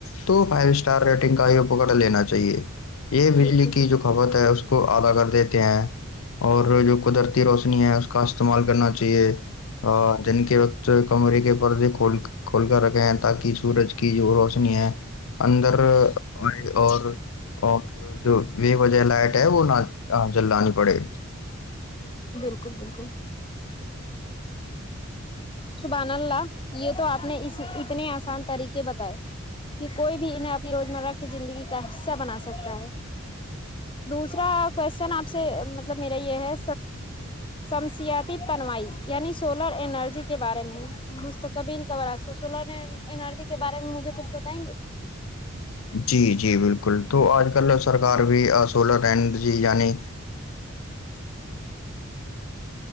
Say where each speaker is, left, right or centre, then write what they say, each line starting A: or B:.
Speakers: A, on the left; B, on the left.
A: تو فائیو اسٹار ریٹنگ کا ہی اپکر لینا چاہیے یہ بجلی
B: بالکل
A: کی
B: بالکل
A: جو کھپت ہے اس کو ادا کر دیتے ہیں اور جو قدرتی روشنی ہے کا استعمال کرنا چاہیے دن کے وقت کمرے کے پردے کول کھول کر رکھے ہیں تاکہ سورج کی جو روشنی ہے اندر اور اور جو ب وجہ لائٹ ہے وہ نہ چلانی پڑے
B: بالکل بالکل سبان اللہ یہ تو آپ نے اس اتنے آسان طریقے بتائے کہ کوئی بھی انہیں اپنی روزمرہ کی زندگی کا حصہ بنا سکتا ہے دوسرا کوشچن آپ سے مطلب میرا یہ ہے شمسیاتی تنوائی یعنی سولر انرجی کے بارے میں مستقبیل کاب راست سولر انرجی کے بارے میں مجھے کچھ بتائیں گے
A: جی جی بالکل تو آج کل سرکار بھی سولر رہڈ جی یعنی